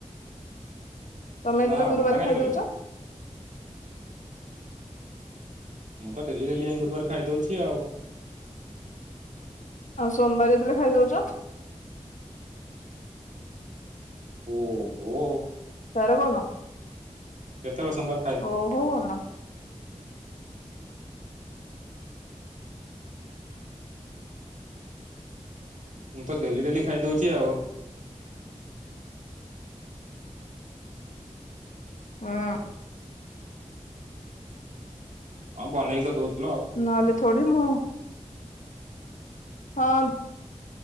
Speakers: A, on the left; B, on the right.
A: ତମେ ଯେତେବେଳେ
B: ନାଁ
A: ଗୁରୁବାର
B: ମନା କାହିଁ
A: ଖାଇଦଉଛ।
B: କରିବ। ମୁଁ ତ ଡେଲି ଡେଲି ଯାଇ ଗୁରୁବାର ଖାଇଦଉଛି ଆଉ।
A: ଆଉ ସୋମବାରେ ଯେତେବେଳେ ଖାଇ ଦଉଛ।
B: ଓଃ ହୋ।
A: ସାରବନ
B: କେତେବେଳେ ସୋମବାରେ।
A: ଓହୋ ବନ
B: ମୁଁ ତ ଡେଲି ଡେଲି ଖାଇଦଉଛି ଆଉ?
A: <unintelligible>
B: ହଁ ବନେଇକି ତ ଦଉଥିଲ ଆଉ।
A: ନହେଲେ ଥୋଡ଼ି ମୁଁ ହଁ